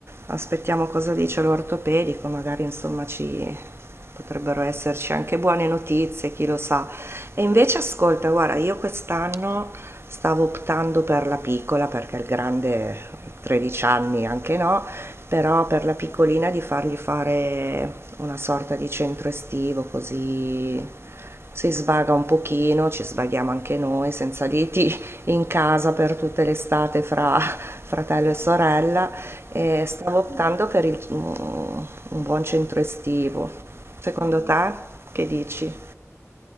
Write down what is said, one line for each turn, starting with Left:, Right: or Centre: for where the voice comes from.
Right: aspettiamo cosa dice l'ortopedico, magari insomma ci potrebbero esserci anche buone notizie, chi lo sa. E invece ascolta, guarda, io quest'anno stavo optando per la piccola perché il grande 13 anni anche no, però per la piccolina di fargli fare una sorta di centro estivo così si svaga un pochino, ci svaghiamo anche noi senza liti in casa per tutte l'estate fra <laughs> fratello
Left: <laughs> Eh,
Right: e sorella e stavo
Left: <clears throat>
Right: optando per il- un un buon centro estivo. Secondo
Left: bello.
Right: te? Che dici?